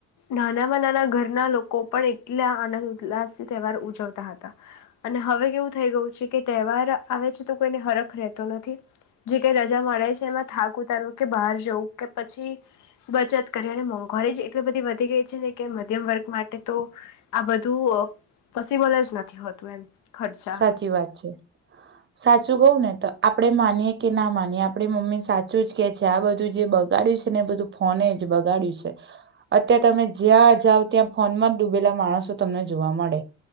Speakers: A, on the left; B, on the right.
A: નાનામાં નાના ઘરના લોકો પણ એટલા આનંદ ઉલ્લાસથી તહેવાર ઉજવતા હતા અને હવે કેવું થઈ ગયું છે કે તહેવાર આવે છે તો કોઈને હરખ રહેતો નથી જે કઈ રજા મળે છે એમાં થાક ઉતારવું કે બહાર જવું કે પછી બચત કરે અને મોંઘવારી જ એટલી બધી વધી ગઈ છે ને કે મધ્યમ વર્ગ માટે તો આ બધું પોસિબલ જ નથી હોતું એમ ખર્ચા
B: સાચી વાત છે સાચું કવ ને તો આપડે માનીએ કે ના માનીએ આપણી મમ્મી સાચું જ કે છે આ બધું જે બગડ્યું છે ને બધું ફોને જ બગાડ્યું છે અત્યારે તમે જ્યાં જાઓ ત્યાં ફોનમાં જ ડૂબેલા માણસો તમને જોવા મળે